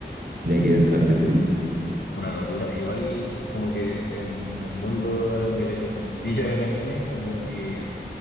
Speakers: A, on the right (about 55°); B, on the left (about 75°).
A: tenía que vérmela
B: Sí.
A: sí o sí.
B: Una locura. Igual como que en el mundo, del- en el mundillo del anime, como que